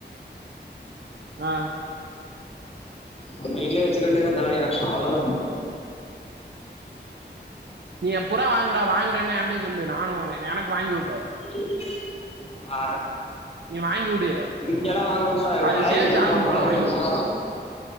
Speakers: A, on the right (about 75°); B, on the left (about 35°).
A: அ
B: நம்ம வீட்லயே வச்சு வேண்டிதா தாளையா அவ்ளோதா
A: நீ புறா வாங்குடா வாங்குறன்னா என்டயு சொல்லு நானு எனக்கு வாங்கி வுடு
B: <unintelligible> ஆ
A: நீ வாங்கி வுடு
B: இங்கெல்லா வாங்க வேண்டா
A: அது
B: பழைய
A: சேல்ஸ்
B: வீட்டுக்கு
A: ஆகுமா
B: போனு பழைய
A: வாங்கி
B: வீட்டுக்கு
A: வுடு
B: போனா